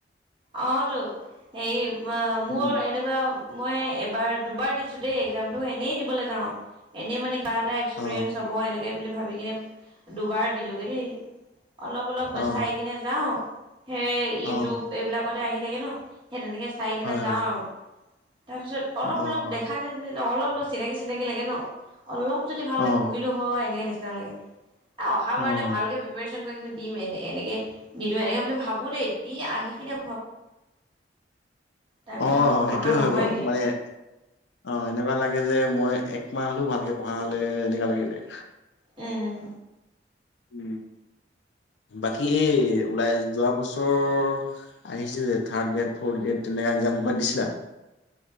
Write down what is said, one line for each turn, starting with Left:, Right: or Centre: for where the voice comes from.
Right: অ তো হেৰি মোৰ
Left: উম।
Right: এনেকুৱা মই এবাৰ দুবাৰ দিছো দেই একজামটো, এনেই দিবলৈ যাওঁ, এনেই মানে কিবা এটা এক্সপিৰিয়েঞ্চ
Left: অ',
Right: হ'ব এনেকে বুলি ভাবি কিনে দুবাৰ দিলোগে দেই। অলপ অলপ
Left: অ',
Right: চাই কিনে যাও সেই ইউটিউব
Left: অ',
Right: এইবিলাকতে আহি থাকে ন। সেই তেনেকে চাই কিনে
Left: হয়
Right: যাওঁ
Left: হয়,
Right: আৰু তাৰপিছত
Left: অ',
Right: অলপ অলপ দেখা অলপ অলপ চিনাকি চিনাকি লাগে ন, অলপ যদি ভালকে
Left: অ',
Right: পঢ়িলো হয় এনেকে নিচিনা লাগে। অহা
Left: অ'।
Right: বাৰলে ভালকে প্ৰিপৰেন কৰি কিনে দিম এনে এনেকে নিদিম এনেকে বুলি ভাবো দেই। দি আহি <inaudible> তাৰপিছত
Left: অ
Right: আকৌ পঢ়া
Left: সেইটোয়ে
Right: নহয়গে
Left: হয় বাৰু, মানে অ এনেকুৱা লাগে যে মই মাহ হ'লেও ভালকে পঢ়া হলে এনেকা লাগিযায়।
Right: উম।
Left: উম বাকী এই ওলাই যোৱা বছৰ আহিছে যে থাৰ্ড গ্ৰেড ফৰ্থ গ্ৰেড তেনেকে এক্জাম কিবাত দিছিলা?